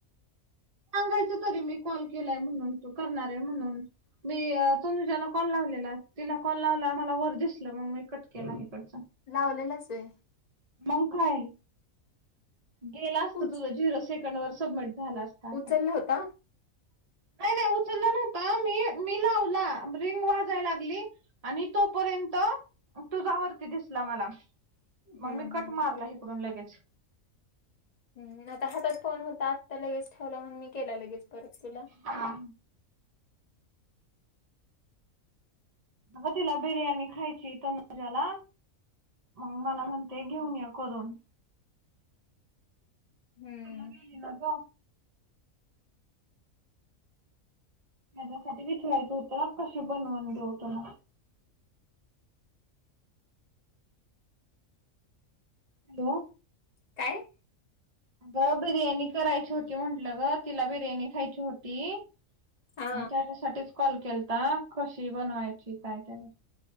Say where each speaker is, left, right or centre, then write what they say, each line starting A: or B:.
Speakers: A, on the right; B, on the left.
A: सांगायच तरी, मी कॉल केलाय म्हणून. तू करणारय म्हणून. मी अ तनुज्याला कॉल लावलेला. तिला कॉल लावला, मला वर दिसलं, मग मी कट केला हिकडच.
B: लावलेलास होय.
A: मग काय? गेला असत
B: उच
A: तुझं, झिरो से कंड वर सबमिट झाला असता, आता.
B: उचलला होता <inaudible>
A: नाही - नाही उचललं नव्हत. मी, मी लावला. रिंग वाजाय लागली आणि तोपर्यंत, तुझावरती दिसला मला.
B: हम्म
A: मग मी कट
B: हम्म
A: मारला, हिकडून लगेच.
B: ह्, आता हातात फोन होता. आत्ता लगेच ठेवला. म्हणून, मी केला लगेच परत तुला.
A: हा. अग, तिला बिर्याणी खायचीय तनुज्याला. मग मला म्हणते, घेऊन ये करून.
B: हम्म.
A: ती <unintelligible> न गो. त्याच्यासाठी विचरायचं होतं, कशी बनवून देेऊ तुला? हॅलो!
B: काय?
A: अगं बिर्याणी करायची होती म्हंटलं गं, तिला बिर्याणी खायची होती
B: हा
A: म त्याच्यासाठीच कॉल केलता, कशी बनवायची काय त्याचं?